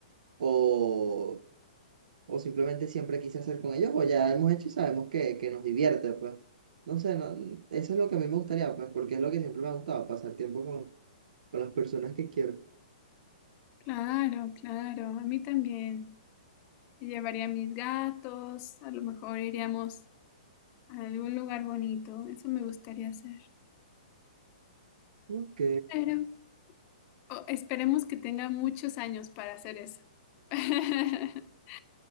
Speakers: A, on the right; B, on the left.
A: o o simplemente siempre quise hacer con ellos, o ya hemos hecho y sabemos que, que nos divierte, pues. No sé, no- eso es lo que a mí me gustaría, pues, porque es lo que siempre me ha gustado, pasar tiempo con, con las personas que quiero.
B: Claro, claro, a mí también. Me Llevaría a mis gatos, a lo mejor iríamos a algún lugar bonito. Eso me gustaría hacer.
A: Ok.
B: Claro. O- esperemos que tenga muchos años para hacer eso. <laughs>